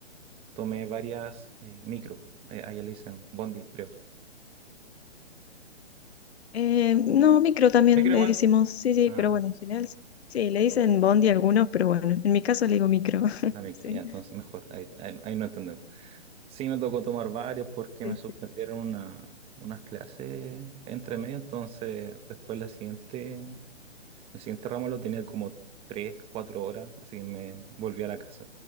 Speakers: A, on the right; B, on the left.
A: tomé varias eh, micro. Eh, allá le dicen Bondi, creo.
B: Eh, no, micro también
A: ¿Micro
B: le
A: igual?
B: decimos, sí, sí,
A: Ah,
B: pero bueno, en general sí, Sí, le dicen bondi a algunos, pero bueno, en mi caso le digo micro. <laughs>
A: la micro.
B: Sí,
A: Ya, entonces mejor. Ahí, ahí- ahí no entendemos. Sí, me tocó tomar varios porque
B: sí,
A: me suspendieron
B: sí.
A: una- unas clases entre
B: Uy,
A: medio, entonces después la siguiente. El siguiente ramo lo tenía como 3 4 horas, así que me volví a la casa.